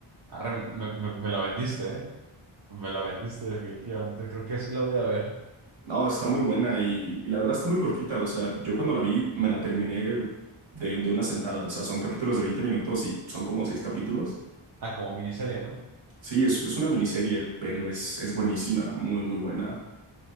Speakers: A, on the right; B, on the right.
A: arre, me, me, me la vendiste, ¿eh? Me la vendiste definitivamente. Creo que así la voy a ver.
B: No, está muy buena y, y la verdad está muy cortita. O sea, yo cuando la vi me la terminé de, de una sentada. O sea, son capítulos de 20 minutos y son como seis capítulos.
A: Ah, como miniserie, ¿no?
B: Sí, es, es una miniserie, pero es, es buenísima, muy, muy buena.